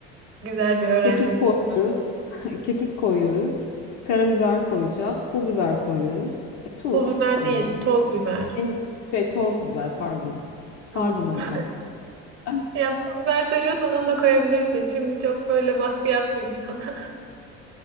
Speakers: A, on the right (about 45°); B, on the left (about 70°).
A: Güzel bir öğrencimsin.
B: Kekik koyuyoruz. <laughs> Kekik koyuyoruz. Karabiber koyacağız. Pul biber koyuyoruz. E, tuz
A: Pul biber
B: yani.
A: değil, toz biber.
B: En şey toz biber pardon.
A: Tamam.
B: Pardon hocam.
A: <laughs>
B: <laughs>
A: Ya biber seviyorsan onu da koyabilirsin. Şimdi çok böyle baskı yapmayayım sana. <laughs>